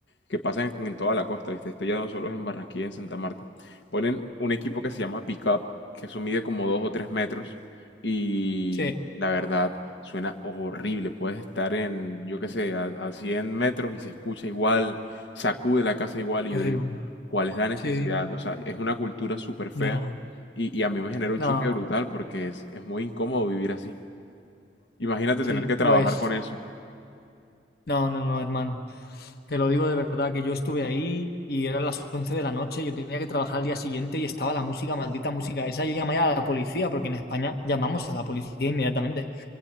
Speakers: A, on the left; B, on the left.
A: que pasa en, en toda la costa, ¿viste? Esto ya no solo es en Barranquilla, en Santa Marta. Ponen un equipo que se llama Pickup, que eso mide como dos o tres metros y
B: Sí,
A: la verdad suena horrible. Puedes estar en, yo qué sé, a, a 100 metros y se escucha igual, sacude la casa igual y
B: horrible.
A: yo digo, ¿cuál es la necesidad?
B: Sí,
A: O sea, es una cultura súper fea
B: no,
A: y, y a mí me genera un
B: no,
A: choque brutal porque es, es muy incómodo vivir así. Imagínate
B: sí,
A: tener que trabajar
B: lo es.
A: con eso.
B: No, no, no, hermano. Te lo digo de verdad, que yo estuve ahí y eran las 11 de la noche, yo tenía que trabajar al día siguiente y estaba la música, maldita música esa. Yo llamé a la policía, porque en España llamamos a la policía inmediatamente.